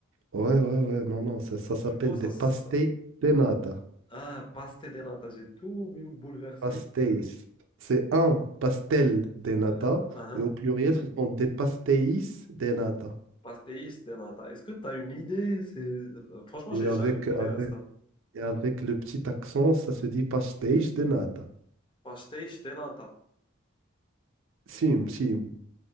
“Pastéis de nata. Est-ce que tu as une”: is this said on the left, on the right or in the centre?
Left